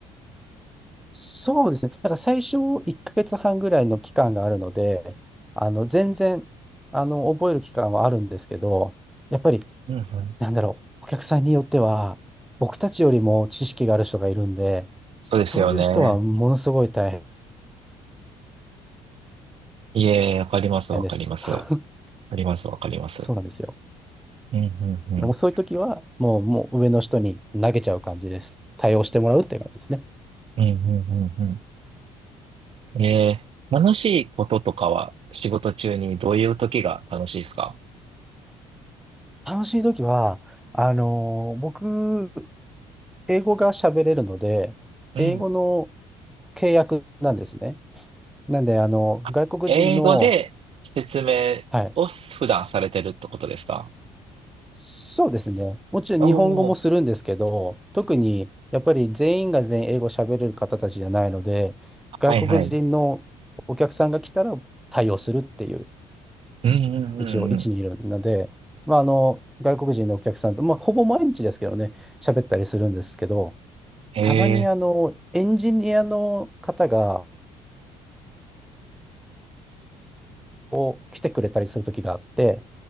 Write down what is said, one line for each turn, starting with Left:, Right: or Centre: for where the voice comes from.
Centre: そうですね。なんか最初1ヶ月半ぐらいの期間があるので、あの、全然、あの、覚える期間はあるんですけど、やっぱり、
Right: うんうん。
Centre: なんだろう、お客さんによっては、僕たちよりも知識がある人がいるんで、
Right: そうですよね。
Centre: そういう人はものすごい大
Right: いえ、わかります、
Centre: 変です。
Right: わかります。
Centre: <laughs>
Right: わかります、わかります。
Centre: そうなんですよ。
Right: うん、うん、
Centre: もうそういう時は、
Right: うん。
Centre: もう、もう上の人に投げちゃう感じです。対応してもらうっていう感じですね。
Right: うん、うん、うん、うん。ええ、楽しいこととかは仕事中にどういう時が楽しいですか
Centre: 楽しい時は、あのー僕、英語が喋れるので、
Right: うん。
Centre: 英語の契約なんですね。なんで、あの、
Right: あ、
Centre: 外国人の、
Right: 英語で説明を普段されてるってことですか
Centre: はい、そうですね。もちろん日本語もするんですけど、
Right: おおー、
Centre: 特にやっぱり全員が全員英語喋れる方たちじゃないので、外国人のお客さんが来たら対応するっていう
Right: はいはい。うん、うん、
Centre: 一応置にいるので、
Right: うん、うん。
Centre: まあ、あの外国人のお客さんと、まあ、ほぼ毎日ですけどね、喋ったりするんですけど、
Right: ええ、
Centre: たまにあのエンジニアの方がを来てくれたりする時があって、